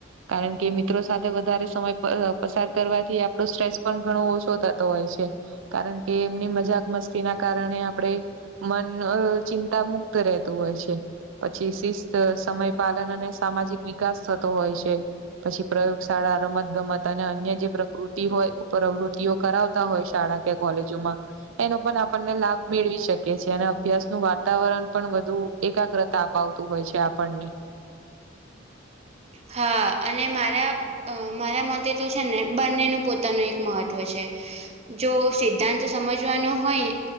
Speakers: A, on the right (about 80°); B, on the right (about 30°).
A: કારણ કે મિત્રો સાથે વધારે સમય પસાર કરવાથી આપણો સ્ટ્રેસ પણ ઘણો ઓછો થતો હોય છે. કારણ કે એમની મજાક મસ્તી ના કારણે આપડે મન અ ચિંતા મુક્ત રહેતું હોય છે. પછી શિસ્ત સમય પાલન અને સામાજિક વિકાસ થતો હોય છે. પછી પ્રયોગશાળા- રમત ગમત અને અન્ય જે પ્રકૃતિ હોય પ્રવૃતિઓ કરાવતા હોય શાળા કે કોલેજોમાં- એનો પણ આપણને લાભ મેળવી શકી છે અને અભ્યાસ નું વાતાવરણ પણ વધુ- એકાગ્રતા અપાવતું હોય છે આપણને -
B: હા અને મારા અ મારા મતે તો છે ને બંનેનું પોતાનું એક મહત્વ છે જો સિદ્ધાંત સમજવાનો હોય